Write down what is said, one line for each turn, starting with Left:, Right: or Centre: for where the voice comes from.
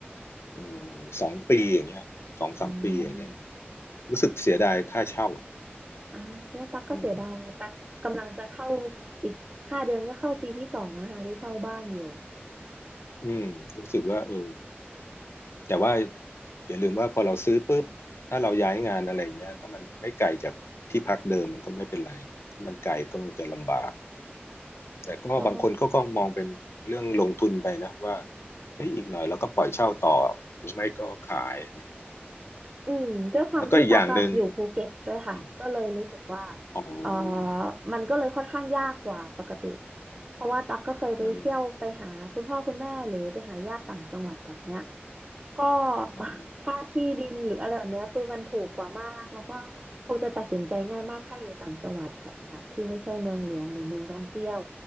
Left: อืมสองปีอย่างเงี้ยสองสามปีอย่างเงี้ย
Right: อืม
Left: รู้สึกเสียดายค่าเช่าอ่ะ
Right: อ่ะเนี่ยตักก็เสียดายนะตักกำลังจะเข้า
Left: อืม
Right: อีกห้าเดือนก็เข้าปีที่สองนะคะที่เช่าบ้านอยู่
Left: อืมรู้สึกว่าเออแต่ว่าอย่าลืมว่าพอเราซื้อปุ๊บถ้าเราย้ายงานอะไรเงี้ยถ้ามันไม่ไกลจากที่พักเดิมมันก็ไม่เป็นไรถ้ามันไกลก็จะลำบากแต่ก็บางคนเขาก็มองเป็นเรื่องลงทุนไปนะว่า
Right: ก็
Left: เฮ้ยอีกหน่อยเราก็ปล่อยเช่าต่อหรือไม่ก็ขายอะไร
Right: อืมด้วยความที่ตั๊กอะอยู่ภูเก็ตด้วยค่ะก็เลยรู้สึกว่า
Left: แล้วก็อีกอย่างหนึ่งอมอ๋อ
Right: เออมันก็เลยค่อนข้างยากกว่าปกติเพราะว่าตั๊กก็เคยไปเที่ยวไปหาคุณพ่อคุณแม่หรือไปหาญาติต่างจังหวัดแบบเนี้ย
Left: มัน
Right: ก็ <laughs>
Left: อ๋อ
Right: ค่าที่ดินหรืออะไรแบบเนี้ยคือมันถูกกว่ามากแล้วก็คงจะตัดสินใจง่ายมากถ้าอยู่ต่างจังหวัดแบบเนี้ยที่ไม่ใช่เมืองหลวงหรือเมืองท่องเที่ยว